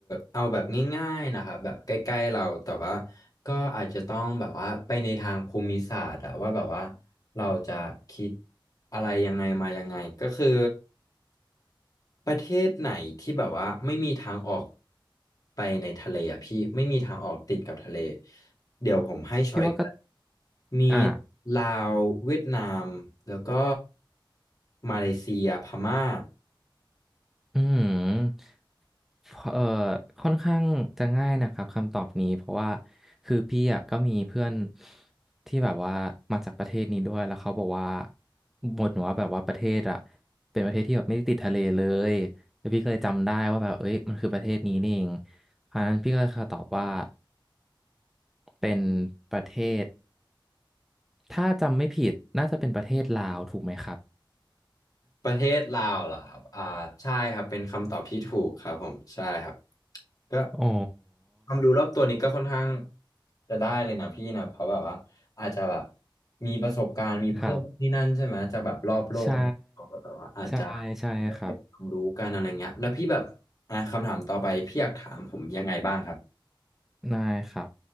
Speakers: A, on the left; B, in the centre.
A: เอาแบบง่ายๆนะครับแบบใกล้ๆเราแต่ว่าก็อาจจะต้องแบบว่าไปในทางภูมิศาสตร์อะว่าแบบว่าเราจะคิดอะไรยังไงมายังไงก็คือประเทศไหนที่แบบว่าไม่มีทางออกไปในทะเลอ่ะพี่ไม่มีทางออกติดกับทะเลเดี๋ยวผมให้ชอยก็ได้
B: พี่ว่าก็
A: มี
B: อ่า
A: ลาวเวียดนามแล้วก็มาเลเซียพม่า
B: อืมเอ่อค่อนข้างจะง่ายนะครับคำตอบนี้เพราะว่าคือพี่อ่ะก็มีเพื่อนที่แบบว่ามาจากประเทศนี้ด้วยแล้วเขาบอกว่าบ่นว่าแบบว่าประเทศอ่ะเป็นประเทศที่แบบไม่ได้ติดทะเลเลยแล้วพี่ก็เลยจำได้ว่าแบบเอ้ยมันคือประเทศนี้นี่เองเพราะฉะนั้นพี่ก็ขอตอบว่าเป็นประเทศ ถ้าจำไม่ผิดน่าจะเป็นประเทศลาวถูกไหมครับ
A: ประเทศลาวเหรอครับอ่าใช่ครับเป็นคำตอบที่ถูกครับผมใช่ครับก็
B: อ๋อ
A: ความรู้รอบตัวนี้ก็ค่อนข้างจะได้เลยนะพี่นะเพราะแบบว่าอาจจะแบบมีประสบการณ์มีเพื่อนที่นั่นใช่ไหมจากแบบรอบโลกอะไรแบบนี้ก็แบบว่าอาจจะ
B: ครับใช่ใช่ใช่ครับ
A: ได้เป็นความรู้กันอะไรเงี้ยแล้วพี่แบบอ่าคำถามต่อไปพี่อยากถามผมยังไงบ้างครับ
B: ได้ครับ